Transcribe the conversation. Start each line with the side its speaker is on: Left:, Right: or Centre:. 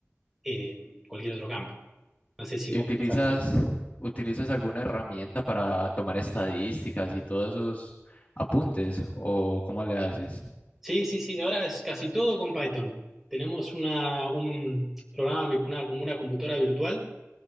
Centre: eh, cualquier otro campo. No sé si
Left: ¿Y
Centre: vos
Left: utilizas,
Centre: pensás lo mismo.
Left: utilizas alguna herramienta para tomar estadísticas y todos esos apuntes? ¿O cómo le haces?
Centre: Sí, sí, sí, ahora es casi todo con Python. Tenemos una, un programa, una, como una computadora virtual